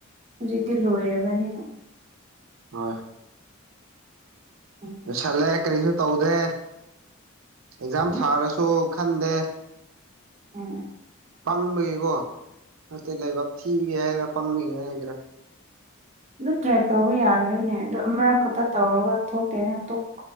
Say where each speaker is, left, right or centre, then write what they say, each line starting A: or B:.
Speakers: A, on the right; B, on the right.
A: ꯍꯧꯖꯤꯛꯇꯤ ꯂꯣꯏꯔꯕꯅꯤꯅ
B: ꯑ
A: ꯎꯝ
B: ꯂꯣꯏꯁꯜꯂꯦ ꯀꯔꯤꯁꯨ ꯇꯧꯗꯦ ꯑꯦꯛꯖꯥꯝ
A: ꯎꯝ
B: ꯊꯥꯔꯁꯨ ꯈꯟꯗꯦ
A: ꯎꯝ
B: ꯄꯥꯡꯕꯒꯤꯦꯀꯣ ꯅꯇꯩ ꯂꯩꯥꯏꯕꯥꯛ ꯊꯤꯕꯒꯦ ꯍꯥꯏꯒꯦꯔꯥ ꯄꯥꯡꯕꯒꯦ ꯍꯥꯏꯒꯦꯔꯥ
A: ꯑꯗꯨꯝ ꯇ꯭ꯔꯥꯏ ꯇꯧꯕ ꯌꯥꯗ꯭ꯔꯣꯏꯅꯦ ꯑꯗꯨ ꯑꯃꯔꯛ ꯈꯛꯇ ꯇꯧꯔꯒ ꯊꯣꯛꯇꯦꯅꯣꯛ